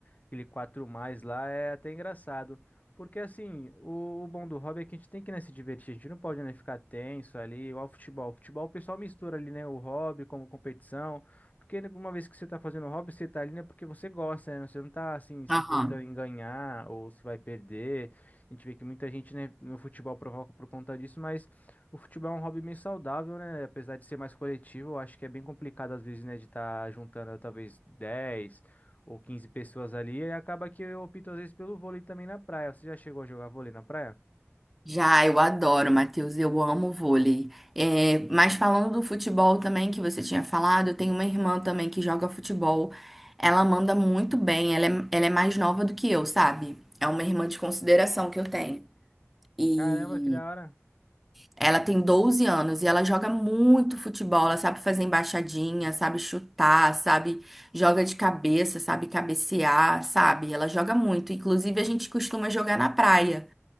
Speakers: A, on the left; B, in the centre.
A: aquele 4 mais lá, é até engraçado. Porque assim, o, o bom do hobby é que a gente tem que, né, se divertir, a gente não pode, né, ficar tenso ali, igual ao futebol. O Futebol o pessoal mistura ali, né, o hobby como competição, porque né, uma vez que você tá fazendo hobby, você tá ali, né, porque você gosta, né, você não tá, assim, se
B: Aham.
A: importando em ganhar ou se vai perder. A gente vê que muita gente, né, no futebol provoca por conta disso, mas o futebol é um hobby meio saudável, né? Apesar de ser mais coletivo, eu acho que é bem complicado às vezes, né, de estar juntando talvez 10 ou 15 pessoas ali e acaba que eu opto às vezes pelo vôlei também na praia. Você já chegou a jogar vôlei na praia?
B: Já, eu adoro, Matheus, eu amo vôlei. É, mas falando do futebol também, que você tinha falado, eu tenho uma irmã também que joga futebol. Ela manda muito bem, ela é, ela é mais nova do que eu, sabe? É uma irmã de consideração que eu tenho. E
A: Caramba, que da hora.
B: ela tem 12 anos e ela joga muito futebol, ela sabe fazer embaixadinha, sabe chutar, sabe? Joga de cabeça, sabe cabecear, sabe? Ela joga muito. Inclusive, a gente costuma jogar na praia.